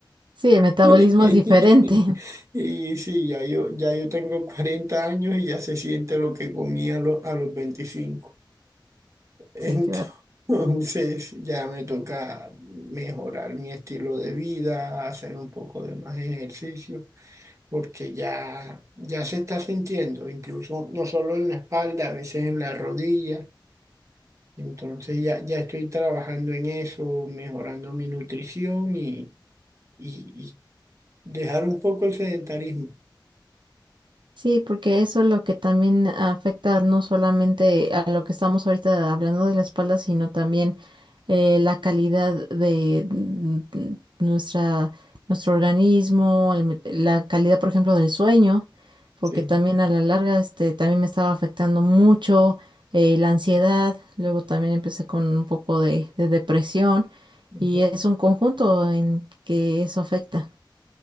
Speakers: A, on the right; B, on the right.
A: Sí, el metabolismo
B: <laughs>
A: es diferente. <laughs>
B: Y sí, ya yo, ya yo tengo 40 años y ya se siente lo que comí a, lo- a los veinticinco Entonces
A: Sí, claro.
B: <laughs> ya me toca mejorar mi estilo de vida, hacer un poco de más ejercicio. porque ya, ya se está sintiendo, incluso no solo en la espalda, a veces en la rodilla. Entonces ya, ya estoy trabajando en eso, mejorando mi nutrición y, y, y dejar un poco el sedentarismo.
A: Sí, porque eso es lo que también afecta no solamente a lo que estamos ahorita hablando de la espalda, sino también eh, la calidad de mm, nuestra, nuestro organismo, el- la calidad, por ejemplo, del sueño, porque
B: Sí,
A: también a la larga este, también me estaba afectando mucho eh, la ansiedad, luego también empecé con un poco de, de depresión
B: Ujú.
A: y es un conjunto en que eso afecta.